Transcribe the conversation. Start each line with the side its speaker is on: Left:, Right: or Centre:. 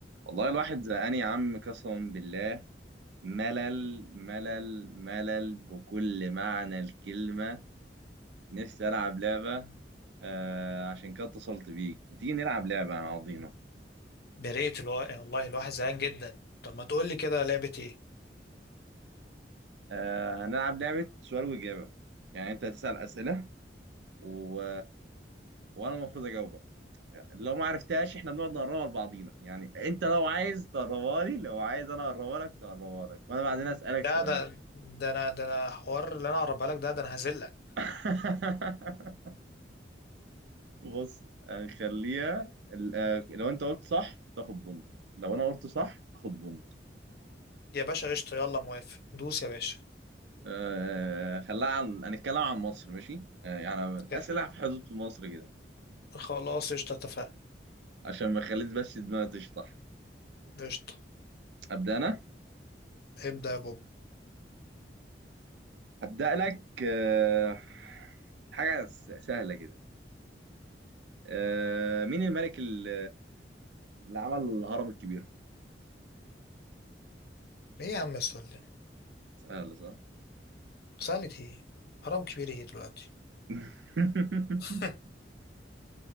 Right: والله الواحد زهقان يا عم قسما بالله ملل ملل ملل بكل معنى الكلمة نفسي ألعب لعبة آه عشان كده اتصلت بيك ما تيجي نلعب لعبة مع بعضينا
Left: يا ريت الو... والله الواحد زهقان جدا طب ما تقول لي كده لعبة ايه
Right: آه هنلعب لعبة سؤال وإجابة يعني أنت هتسأل أسئلة و... وأنا المفروض أجاوبك لو ما عرفتهاش إحنا بنقعد نقربها لبعضينا يعني أنت لو عايز تقربها لي لو عايز أنا أقربها لك تقربها لك وأنا بعدين أسألك
Left: ده
Right: سؤال
Left: ده ده انا ده انا حوار اللي انا اقربها لك ده ده انا هذلك
Right: <laughs> بص آه، خليها ال- آه، لو انت قلت صح تاخد بونت لو انا قلت صح اخد بونت
Left: يا باشا قشطة يلا موافق دوس يا باشا
Right: آه خليها عن هنتكلم عن مصر ماشي آه يعني
Left: ك-
Right: اسئله في حدود مصر كده
Left: خلاص قشطة اتفقنا
Right: عشان ما خليت بس دماغي تشطح
Left: قشطة
Right: ابدا انا
Left: ابدأ يا بوب
Right: هبدا لك آه حاجه س- سهله كده آه مين الملك ال- اللي عمل الهرم الكبير
Left: ايه يا عم السؤال ده
Right: سهله صح
Left: سألت ايه هرم كبير ايه دلوقتي
Right: <laughs>
Left: <laughs>